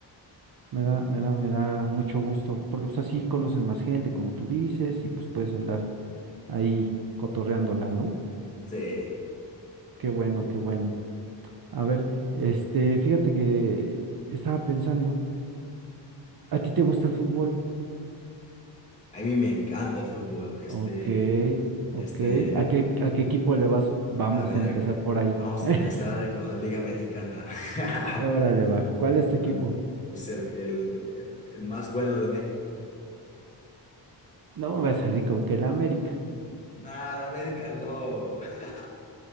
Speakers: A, on the right; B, on the left.
A: Me da, me da, me da mucho gusto, porque pues así conoces más gente, como tú dices, y pues puedes andar ahí cotorreándola, ¿no?
B: Sí,
A: Qué bueno, qué bueno. A ver, este, fíjate que estaba pensando, ¿a ti te gusta el fútbol?
B: a mí me encanta el fútbol. Este,
A: Ok, ok.
B: este,
A: ¿A qué, a qué equipo le vas? Vamos
B: a ver,
A: a empezar
B: aquí-
A: por ahí.
B: vamos
A: <laughs>
B: a empezar con la Liga Mexicana. <laughs>
A: Órale, va. ¿Cuál es tu
B: A
A: equipo?
B: mí, pues el, el, el, el más bueno de México.
A: No me voy a salir con que el América.
B: Nada, América no. <laughs>